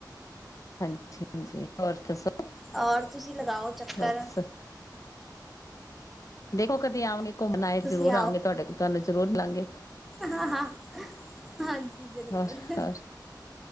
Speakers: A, on the left (about 45°); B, in the centre.
A: ਹਾਂਜੀ ਹਾਂਜੀ ਹੋਰ ਦੱਸੋ
B: ਔਰ ਤੁਸੀਂ ਲਗਾਓ ਚੱਕਰ,
A: ਬਸ ਦੇਖੋ ਕਦੇ ਆਵਾਂਗੇ, ਘੁੰਮਣ ਆਏ
B: ਤੁਸੀਂ
A: ਜ਼ਰੂਰ ਆਵਾਂਗੇ, ਤੁਹਾਡੇ ਕੋਲ ਤੁਹਾਨੂੰ ਜ਼ਰੂਰ ਮਿਲਾਂਗੇ।
B: ਹਾਂ-ਹਾਂ, ਹਾਂਜੀ ਜ਼ਰੂਰ।
A: ਹੋਰ ਹੋਰ